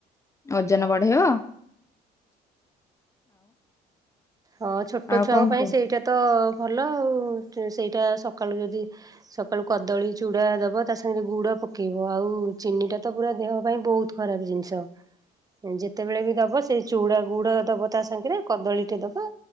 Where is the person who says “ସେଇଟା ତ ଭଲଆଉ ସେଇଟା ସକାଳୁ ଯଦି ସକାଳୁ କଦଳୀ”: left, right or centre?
Right